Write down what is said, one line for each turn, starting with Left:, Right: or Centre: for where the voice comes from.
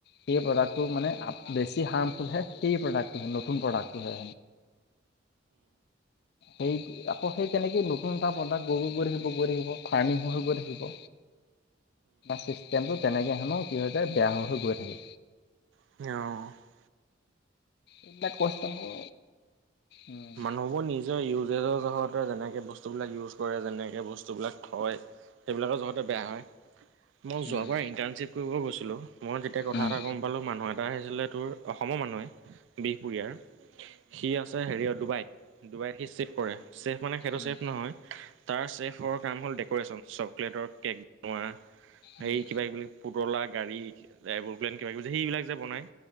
Left: সেই প্ৰডাক্টটো মানে, বেছি হাৰ্মফুলহে সেই প্ৰডাক্টটো নতুন প্ৰডাক্টটোহে। সেই আকৌ, সেই তেনেকে নতুন নতুন এটা প্ৰডাক্টৈ গৈ থাকিব, গৈ থাকিব, ফাৰ্মিঙ হৈ গৈ থাকিব। ছিষ্টেমটো তেনেকৈ হেনো কি হৈ যায় বেয়া হৈ, হৈ গৈ থাকে।
Right: ইঅ,
Left: এইবিলাক কষ্ট হে, উম,
Right: নব, নিজৰ ইউজেজৰ জগৰতে যেনেকৈ বস্তুবিলাক ইউজ কৰে, যেনেকৈ বস্তুবিলাক থয়। সেইবিলাকৰ যহতে বেয়া হয়, মই যোৱ
Left: উম
Right: ইণ্টাৰ্ণশ্বিপ কৰিব গৈছিলোঁ, মই যেতিয়া কথা
Left: উম
Right: এটা গম পালোঁ মানুহ এটা আহিছিলে তোৰ অসমৰ মানুহ এই। পুৰয়াৰ, সি আছে হেৰিয় ডুবাইত, ডুবাইত সি চিফ কৰে। ছেফ মানে সেইটো
Left: উম
Right: চেফ নহয়, তাৰ চফৰ কাম হ'ল ডেক'ৰেচন চকলেটৰ কেক। তোমাৰ হেই
Left: উম
Right: কিবা, কিবি পুতলা গাড়ী, ড্ৰাইভৰ প্লেন কিবা কিবি সেইবিলাক যে বনায়।